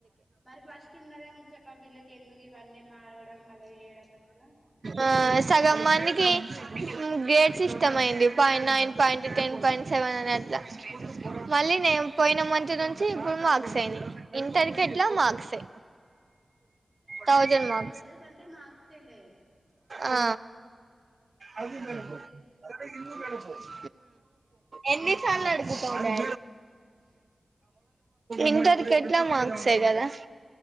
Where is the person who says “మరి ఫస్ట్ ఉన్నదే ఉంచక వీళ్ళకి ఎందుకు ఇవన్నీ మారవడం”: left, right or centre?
Centre